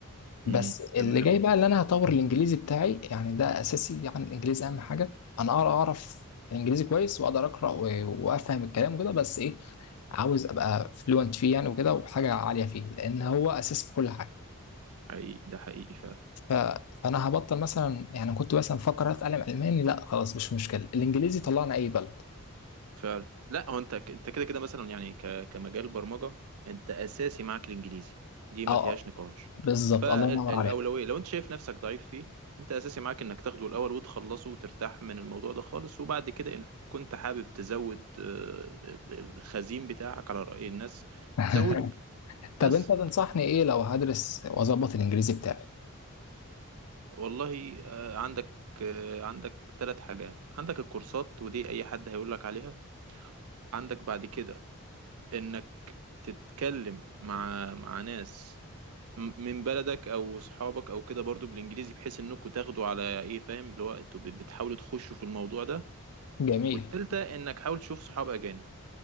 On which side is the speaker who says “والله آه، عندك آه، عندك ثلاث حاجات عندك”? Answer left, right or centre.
Right